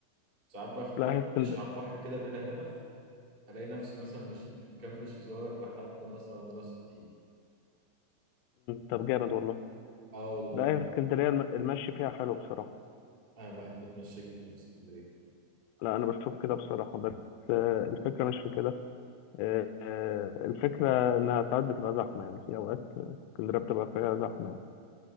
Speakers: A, on the right; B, on the left.
A: ساعات باخد
B: لا هي اسكندريه
A: ماشي على البحر كده بلا هدف الاقي نفسي مثلا مشيت من كامب شزار لحد مثلا راس التين
B: طب جامد والله
A: اه والله
B: لا هي اسكندريه الم- المشي فيها حلو بصراحه
A: انا بحب اتمشى جدا في اسكندريه
B: لا انا بشوف كده بصراحه بس آه، الفكره مش في كده آه، آه، الفكره انها ساعات بتبقى زحمه يعني في اوقات آه، اسكندريه بتبقى فيها زحمه يعني.